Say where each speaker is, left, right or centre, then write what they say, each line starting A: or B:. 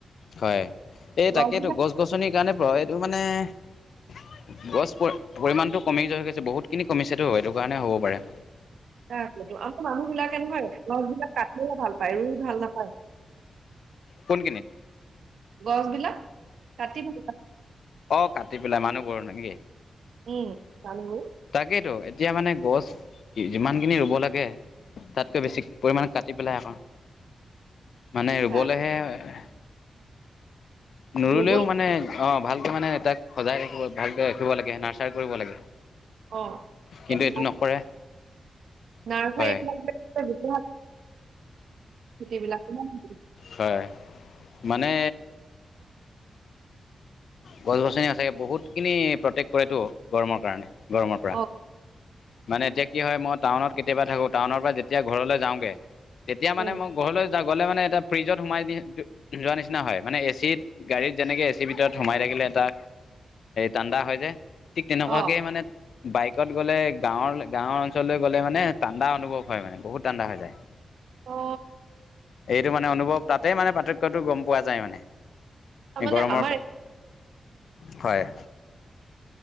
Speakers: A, on the left (about 70°); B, on the right (about 85°).
A: হয়। এই
B: গছ
A: তাকেইটো
B: বিলাক
A: গছ-গছনিৰ কাৰণে প' এইটো মানে- গছ পৰি-পৰিমণতটো কমি গৈছে বহুতখিনি কমিছেতো সেইটো কাৰণে হ'ব পাৰে।
B: তাৰ আ-আমাৰ মানুহবিলাকে নহয় গছবিলাক কাটি হে ভাল পায় ভাল, ৰুই ভাল নাপায়। <unintelligible>
A: কোন খিনিত?
B: গছ বিলাক কাটি ভাল
A: অঁ', কাটি পেলাই মানুহবোৰ নেকি।
B: উমঁ, মানুহবোৰ।
A: তাকেতো, এতিয়া মানে গছ যিমানখিনি ৰুব লাগে তা'তকৈ বেছি পৰিমানে কাটি- পেলাই আকৌ। মানে ৰুবলৈ
B: অ
A: হে- নুৰুলেও
B: ৰুবলৈ
A: মানে অঁ', ভালকে মানে তাক সজাই ৰাখিব ভালকে ৰাখিব লাগে নাৰ্চাৰি কৰিব লাগে।
B: অঁহ',
A: কিন্তু
B: এই
A: এইটো নকৰে
B: নাৰ্চাৰি
A: হয়
B: <unintelligible> খেতি বিলাক <unintelligible>
A: হয়, মানে গছ-গছনি সঁচাকে বহুতখিনি প্ৰটেক্ট কৰেতটো গৰমৰ কাৰণে। গৰমৰ পৰা-
B: অ',
A: মানে এতিয়া কি হয় মই টাউনত কেতিয়াবা থাকো টাউনৰ পৰা যেতিয়া ঘৰলৈ যাওঁ গে- তেতিয়া মানে
B: উম,
A: মই ঘৰলৈ গ'লে মানে এটা ফ্ৰিজত সোমাই দি যোৱা নিচিনা হয়, মানে এ চিত- গাড়ীত যেনেকে এ চিৰ ভিতৰত সোমাই থাকিলে এটা ঠাণ্ডা হয় যে- ঠিক তেনেকুৱাকে
B: অ',
A: মানে- বাইকত গ'লে গাঁৱৰ-গাঁৱৰ অঞ্চললৈ গ'লে মানে ঠাণ্ডা অনুভৱ হয় মানে বহুত টাণ্ডা হৈ যায়।
B: অ।
A: এইটো মানে অনুভৱ তাতেই মানে পাৰ্থক্যটো গম পোৱা যায় মানে।
B: তাৰমানে
A: গৰমৰ
B: আমাৰ
A: হয়।